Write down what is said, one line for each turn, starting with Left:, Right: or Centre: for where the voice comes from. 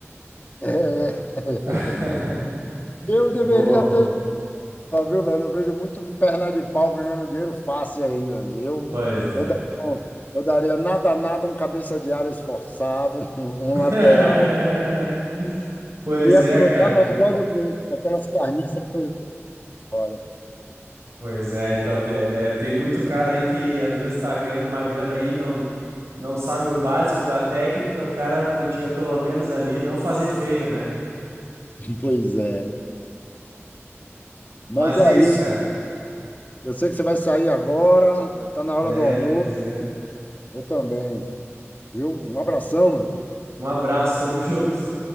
Left: É. <laughs>
Right: <laughs>
Left: Eu deveria
Right: Boa, boa.
Left: ter, jogado, viu, velho? Eu vejo muito perna de pau ganhando dinheiro fácil aí, velho. Eu,
Right: Pois é.
Left: eu, da- eu daria nada, nada, um cabeça de área esforçado, <laughs> um
Right: <laughs>
Left: lateral.
Right: Pois
Left: Eu ia
Right: é,
Left: cruzar
Right: cara.
Left: melhor do que aquelas carniças que estão fora.
Right: Pois é, então, te- é, tem muito cara aí que às vezes tá ganhando uma grana aí, não, não sabe o básico da técnica, o cara podia pelo menos ali não fazer feio, né?
Left: <laughs> Pois é. Mas
Right: Mas
Left: é
Right: é isso,
Left: isso.
Right: cara.
Left: eu sei que você vai sair agora, está na hora
Right: É,
Left: do almoço,
Right: pois é.
Left: eu também. Viu? Um abração, meu.
Right: Um abraço, tamo junto.